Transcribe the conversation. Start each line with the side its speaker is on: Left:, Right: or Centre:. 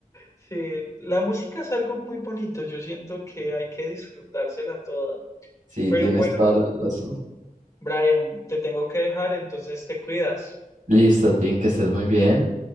Left: sí, la música es algo muy bonito, yo siento que hay que disfrutársela toda.
Right: Sí,
Left: Pero
Right: tienes
Left: bueno,
Right: toda la razón.
Left: Brian, te tengo que dejar, entonces te cuidas.
Right: Listo, Tim, que estés muy bien.